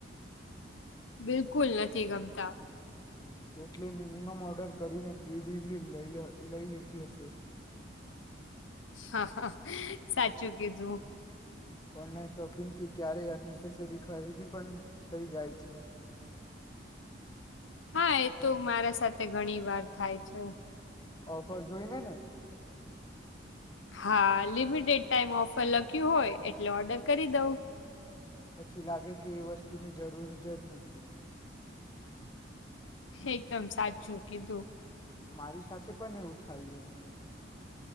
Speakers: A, on the left; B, on the left.
A: બિલકુલ નથી ગમતા.
B: એટલે મિનિમમ ઓર્ડર કરીને ફ્રી ડડીલરી લઈ લીતી હશે.
A: હા હ સાચું કીધું.
B: ઓનલાઈન શોપિંગથી ક્યારેય અનનેસેસરી ખરીદી પણ થઈ જાય છે.
A: હા એ તો મારા સાથે ઘણી વાર થાય છે.
B: ઓફર જોઈને ને.
A: હા લિમિટેડ ટાઈમ ઓફર લખ્યું હોય એટલે ઓર્ડર કરી દઉં.
B: પછી લાગે કે એ વસ્તુની જરૂર જ જ નથી.
A: એકદમ સાચું કીધું.
B: મારી સાથે પણ એવું થયું હતું.